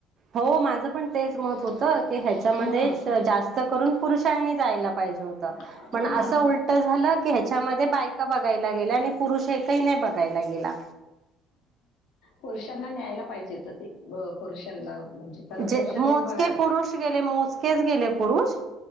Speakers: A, on the right (about 35°); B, on the left (about 65°).
A: हो माझं पण तेच मत होत की ह्याच्यामध्येच
B: हम्म.
A: जास्त करून पुरुषांनी जायला पाहिजे
B: हा.
A: पण अस उल झालं की ह्याच्यामध्ये बायका बघायला गेल्या आणि पुरुष एकही नाही बघ करायला गेला
B: पुरुषांना न्यायला पाहिजे होेत ते पुरुषांना म्हणजे खरं
A: जे
B: पुरुषांनीच
A: मोजके
B: बघायला
A: पुरुष गेले मोजकेच गेले पुरुष